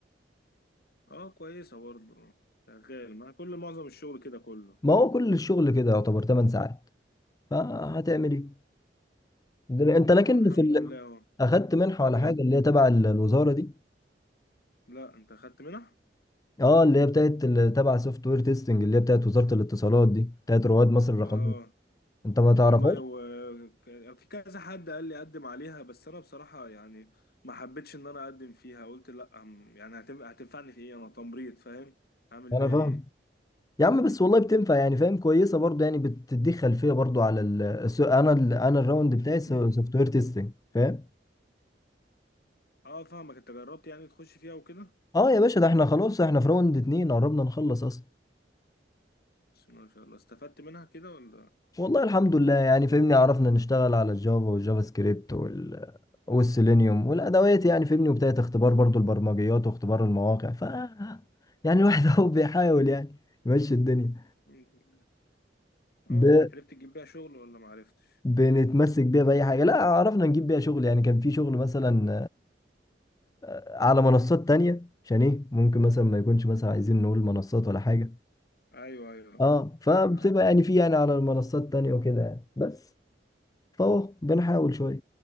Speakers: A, on the left; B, on the left.
A: اه كويسة برضه شغال ما كل معظم الشغل كده كله
B: ما هو كل الشغل كده يعتبر 8 ساعات فهتعمل ايه دلوقتي انت لكن
A: اه الحمد
B: في ال...
A: لله اهو
B: اخدت منحه ولا
A: ايه
B: حاجه اللي هي تبع ال- الوزاره دي
A: لا انت خدت منح
B: اه اللي هي بتاعت ال- تبع سوفت وير تيستنج اللي هي بتاعت وزاره الاتصالات دي بتاعت رواد مصر الرقميه
A: اه
B: انت ما تعرفهاش
A: والله هو كان- في كذا حد قال لي اقدم عليها بس انا بصراحة يعني ما حبيتش ان انا اقدم فيها قلت لا أم- يعني هتن- هتنفعني في ايه انا تمريض فاهم هعمل
B: انا
A: بيها
B: فاهم
A: ايه
B: يا عم بس والله بتنفع يعني فاهم كويسه برضو يعني بتديك خلفيه برضو على ال... الس- انا ال... انا الراوند بتاعي سوفت
A: <clears throat>
B: وير تيستنج فاهم
A: اه فاهمك انت جربت يعني تخش فيها وكده
B: اه يا باشا ده احنا خلاص احنا في راوند اتنين قربنا نخلص اصلا
A: بس ما شاء الله استفدت منها كده ولا
B: والله الحمد لله يعني فاهمني عرفنا نشتغل على الجافا والجافا سكريبت وال والسيلينيوم والادوات يعني فاهمني وبدايه اختبار برضو البرمجيات واختبار المواقع ف يعني الواحد <laughs> اهو بيحاول يعني يمشي الدنيا
A: الحمد لله.
B: ب...
A: اه عرفت تجيب بيها شغل ولا ما عرفتش
B: بنتمسك بيها باي حاجه لا عرفنا نجيب بيها شغل يعني كان في شغل مثلا آه، على منصات تانية عشان ايه ممكن مثلا ما يكونش مثلا عايزين نقول منصات ولا حاجه
A: ايوه ايوه
B: اه فبتبقى
A: فاهم معاك
B: يعني في يعني على المنصات تانية وكده يعني بس فهو بنحاول شويه